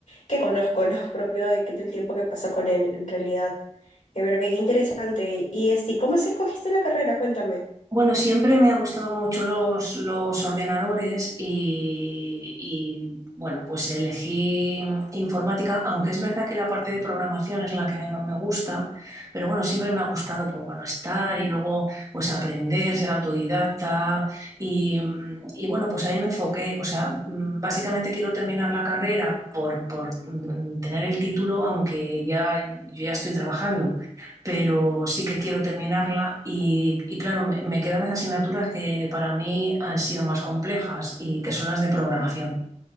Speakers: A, on the left; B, on the right.
A: que conozco, ¿no? <laughs> Propio de que- del tiempo que pasó con él, en realidad. Eh, Pero que qué interesante. Y este, ¿cómo así escogiste la carrera? Cuéntame.
B: Bueno, siempre me ha gustado mucho los, los ordenadores y, y, bueno, pues elegí informática, aunque es verdad que la parte de programación es la que menos me gusta, pero bueno, siempre me ha gustado, pues bueno, estar y luego pues aprender, ser autodidacta y, mm, y, bueno, pues ahí me enfoqué, o sea, mm, básicamente quiero terminar la carrera por, por mm, tener el título, aunque ya, yo ya estoy trabajando pero sí que quiero terminarla y, y claro, me, me quedan las asignaturas que para mí han sido más complejas y que son las de programación,